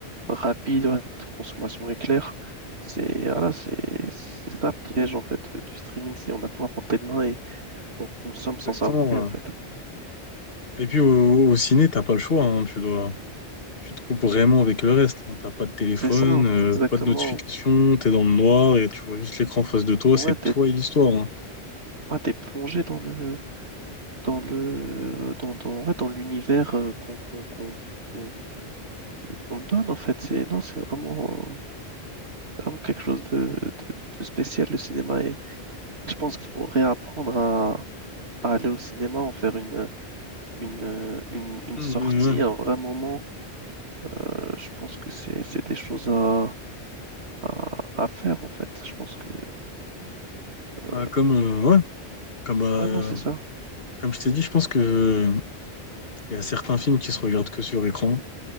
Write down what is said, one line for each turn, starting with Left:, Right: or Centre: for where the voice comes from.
Right: rapide, ouais, de consommation éclair. C'est voilà, c'est c'est ça le piège en fait euh, du streaming, c'est on a tout à portée de main et on consomme
Left: exactement.
Right: sans savourer
Left: ouais.
Right: en fait.
Left: Et puis au, au ciné, t'as pas le choix, hein, tu dois, tu te coupes vraiment avec le reste. hein. T'as pas de téléphone,
Right: C'est ça, hein,
Left: euh,
Right: exactement.
Left: pas de notification, t'es dans le noir et tu vois juste l'écran en face de toi,
Right: Ouais,
Left: c'est
Right: t'es
Left: toi et l'histoire. hein.
Right: ouais, t'es plongé dans le dans le dans dans ouais, dans l'univers euh, qu'on qu'on qu'on qu'on que- qu'on te donne en fait. C'est non, c'est vraiment euh, vraiment quelque chose de, de, de spécial le cinéma et, et je pense qu'il faut réapprendre à à aller au cinéma, en faire une une, euh, une, une
Left: Mm,
Right: sortie,
Left: ouais.
Right: un vrai moment Euh, je pense que c'est c'est des choses à, à, à faire en fait. Je pense que euh,
Left: Ouais, comme, euh, ouais. Comme, euh,
Right: ouais non c'est ça.
Left: comme je t'ai dit, je pense que il y a certains films qui se regardent que sur écran